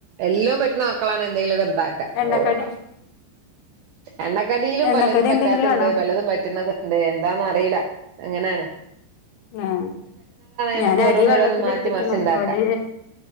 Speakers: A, on the right; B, on the left.
A: എല്ലോം പറ്റുന്ന മക്കളാണ് എന്തെങ്കിലൊക്കെ ഇണ്ടാക്കാ <unintelligible>
B: എണ്ണക്കടി
A: എണ്ണക്കടിയിലും
B: എണ്ണക്കടി
A: പലതും പറ്റാത്തണ്ട്
B: എന്തെങ്കിലും ആണോ
A: പലതും പറ്റ് പറ്റ്ന്നത്ണ്ട് എന്താന്ന് അറിയില്ല അങ്ങനാണ്
B: ആഹ്
A: നമുക്ക്
B: ഞാന്
A: ഓരോന്നോരോന്ന്
B: അരി വെള്ളത്തിലിട്ട്ക്കണ്
A: മാറ്റി മറിച്ചുണ്ടാക്കാം
B: ഓല്